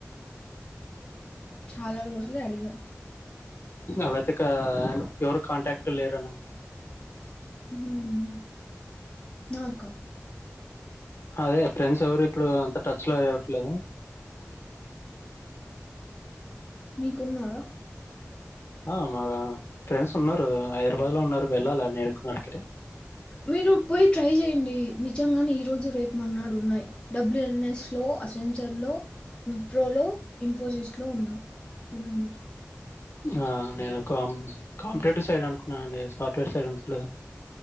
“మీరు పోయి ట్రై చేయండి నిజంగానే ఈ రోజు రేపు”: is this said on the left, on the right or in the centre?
Left